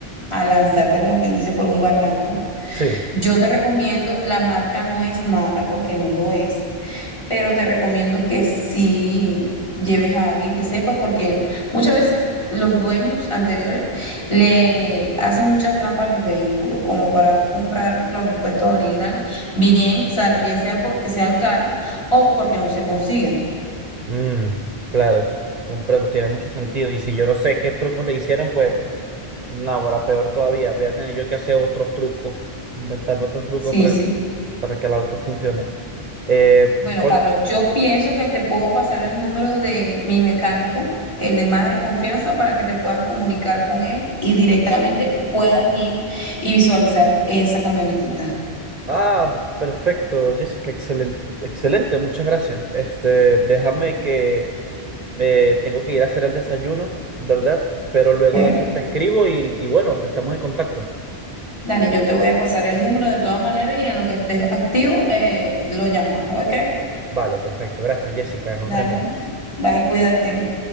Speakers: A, on the left; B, on the right.
A: a lanzarte, como quien dice, por un barranco.
B: Sí,
A: Yo te recomiendo, la marca no es mala porque no lo es, pero te recomiendo que sí lleves a alguien que sepa porque muchas veces los dueños anteriores le hacen muchas trampas a los vehículos, como para no comprar los repuestos originales, bien, sa- bien sea porque sean caros o porque no se consigan.
B: Mm, claro, comprendo, tiene mucho sentido. Y si yo no sé qué trucos le hicieron, pues, ahora peor todavía. Voy a tener yo que hacer otros trucos, inventarme otros trucos
A: Sí,
B: para,
A: sí.
B: para que el auto funcione. Eh,
A: Bueno,
B: con...
A: Carlos, yo pienso que te puedo pasar el número de mi mecánico, el de más de confianza, para que te puedas comunicar con él y directamente puedan ir y visualizar esa camionetita.
B: Ah, perfecto, Jessica, excelente, excelente, muchas gracias. Este, déjame que eh, tengo que ir a hacer el desayuno, ¿verdad? Pero luego
A: ¿ok?
B: de eso te escribo y, y bueno, estamos en contacto.
A: Dale, yo te voy a pasar el número de todas maneras y en lo que estés activo, eh, lo llamas, ¿ok?
B: Vale, perfecto, gracias, Jessica, nos
A: Dale,
B: vemos.
A: bye, cuídate.